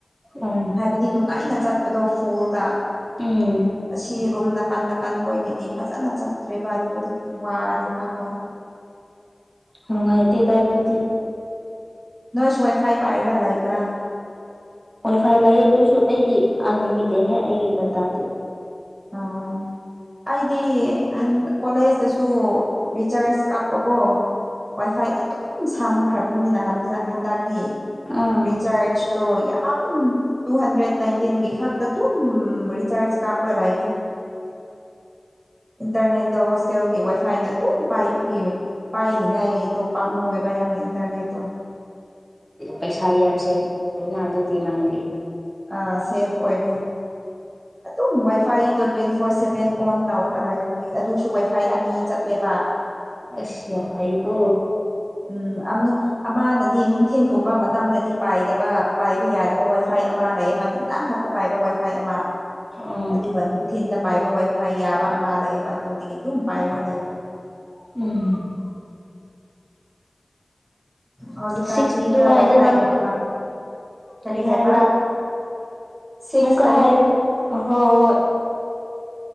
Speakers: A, in the centre; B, on the right.
A: ꯎꯝ
B: ꯍꯥꯏꯕꯗꯤ ꯅꯨꯡꯉꯥꯏꯅ ꯆꯠꯄꯗꯣ ꯐꯨꯜꯗ
A: ꯎꯝ
B: ꯑꯁꯤ ꯔꯨꯝ ꯅꯀꯟꯗ ꯑꯀꯟꯕꯣꯏꯒꯤꯗꯤ ꯐꯖꯅ ꯆꯠꯇ꯭ꯔꯦꯕ ꯑꯗꯨꯗꯒꯤ ꯋꯥꯔꯦꯕ ꯍꯣꯏ
A: ꯅꯨꯡꯉꯥꯏꯇꯦꯗ ꯑꯗꯨꯗꯤ
B: ꯅꯣꯏꯁꯨ ꯋꯥꯏꯐꯥꯏ ꯄꯥꯏꯔꯒ ꯂꯩꯕ꯭ꯔꯥ
A: ꯋꯥꯏ ꯐꯥꯏ ꯂꯩꯑꯦ ꯑꯗꯨꯁꯨ ꯑꯩꯗꯤ ꯑꯟꯂꯤꯃꯤꯇꯦꯠꯅꯦ ꯑꯩꯒꯤ ꯗꯇꯥꯗꯤ
B: ꯑꯣ ꯑꯩꯗꯤ ꯀꯣꯂꯦꯖꯇꯁꯨ ꯔꯤꯆꯥꯔꯁ ꯀꯥꯞꯄꯕꯣ ꯋꯥꯏꯐꯥꯏ ꯑꯗꯨꯝ ꯁꯝꯈ꯭ꯔꯕꯅꯤꯅ ꯍꯟꯗꯛꯇꯤ
A: ꯑꯥ
B: ꯔꯤꯆꯥꯔꯖ ꯌꯥꯝ ꯇꯨ ꯍꯟꯗ꯭ꯔꯦꯠ ꯅꯥꯏꯟꯇꯤꯟ ꯈꯛꯇ ꯗꯨꯝ ꯔꯤꯆꯥꯔꯁꯠ ꯀꯥꯞ ꯄꯔꯗꯅ <unintelligible> ꯏꯟꯇꯔꯅꯦꯠꯇꯣ ꯍꯣꯁꯇꯦꯜꯒꯤ ꯋꯥꯏꯐꯥꯏꯅ ꯑꯗꯨꯝ ꯄꯥꯏꯕꯒꯤ ꯄꯥꯏꯅꯤꯉꯥꯏ ꯑꯩꯗꯣ ꯄꯥꯝꯃꯨꯏꯌꯦꯕ ꯌꯥꯝꯅ ꯏꯟꯇꯔꯅꯦꯠꯇꯣ
A: ꯄꯩꯁꯥ ꯌꯥꯝ ꯁꯦꯞ ꯇꯧꯏꯅ ꯑꯗꯨꯗꯤ ꯅꯪꯒꯤ
B: ꯑ ꯁꯦꯐ ꯑꯣꯏꯔꯦ ꯑꯗꯨꯝ ꯋꯥꯏꯐꯥꯏꯗꯣ ꯇ꯭ꯋꯦꯟꯇꯤ ꯐꯣꯔ ꯁꯚꯦꯟ ꯑꯣꯟ ꯇꯧꯔꯒ ꯂꯩꯕꯒꯤ ꯑꯗꯨꯁꯨ ꯋꯥꯏ ꯐꯥꯏ ꯑꯅꯤ ꯆꯠꯂꯦꯕ
A: ꯑꯁ ꯌꯥꯝ ꯍꯩꯀꯣ
B: ꯎꯝ ꯑꯝꯅ ꯑꯃꯅꯗꯤ ꯅꯨꯡꯊꯤꯟꯒꯨꯝꯕ ꯃꯇꯝꯗꯗꯤ ꯄꯥꯏꯗꯕ ꯄꯥꯏꯕ ꯌꯥꯗꯕ ꯋꯥꯏꯐꯥꯏ ꯑꯃ ꯂꯩꯌꯦꯕ ꯅꯨꯡꯗꯥꯡ ꯍ ꯄꯥꯏꯕ ꯋꯥꯏꯐꯥꯏ ꯑꯃ
A: ꯎꯝ
B: ꯑꯗꯨꯒ ꯑꯗꯨꯝ ꯊꯤꯟꯅ ꯄꯥꯏꯕ ꯋꯥꯏ ꯋꯥꯏ ꯌꯥꯕ ꯑꯃ ꯂꯩꯕ ꯑꯗꯨꯗꯒꯤ ꯑꯗꯨꯝ ꯄꯥꯏꯔ ꯂꯩꯕ
A: ꯎꯝ
B: ꯍꯧꯖꯤꯛꯀꯥꯟꯗꯤ
A: ꯁꯤꯛꯁ ꯗꯨꯉꯥꯏꯗꯅ
B: ꯈꯔ ꯋꯥꯏꯐꯥꯏꯒꯨꯝꯕ ꯄꯥꯝꯃꯦ ꯀꯔꯤ
A: ꯀꯩ
B: ꯍꯥꯏꯕ
A: ꯍꯥꯏꯕ꯭ꯔꯥ
B: ꯁꯤꯛꯁ
A: ꯑꯃꯨꯛꯀ
B: ꯍꯥꯏꯣ
A: ꯍꯥꯏꯌꯣ ꯍꯣꯏ ꯍꯣꯏ